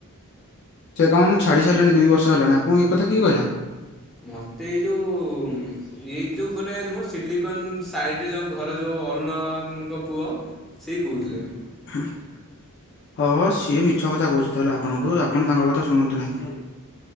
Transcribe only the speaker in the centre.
ମତେ ଏଇ ଯୋଉ ଏଇ ଏ ଯୋଉ ଗୋଟେ ନୁହଁ ସିଲିକନ ସାଇଡରେ ଯୋଉ ଘର ଯୋଉ ଅରୁଣଙ୍କ ପୁଅ ସେଇ କହୁଥିଲେ।